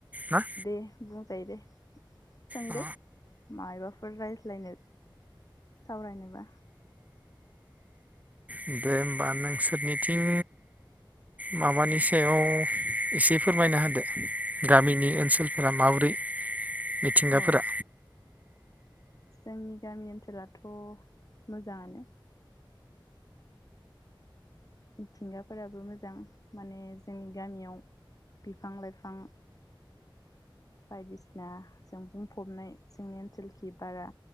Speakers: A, on the right (about 15°); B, on the left (about 40°).
A: ना
B: दे बुंजायो दे सोंदो
A: अ
B: मायबाफोर रायज्लायनो? सावरायनोबा।
A: उम दे होमबा नोंसोरनिथिं माबानि सायाव एसे फोरमायना होदो गामिनि ओनसोलफोरा माबोरै?
B: <unintelligible> <inaudible>
A: मिथिंगाफोरा?
B: औ जोंनि गामि ओनसोलाथ' मोजाङानो। मिथिंगाफोराबो मोजां माने जोंनि गामियाव बिफां-लाइफां बायदिसिना जों बुंफबनाय जोंनि ओनसोलखि बारा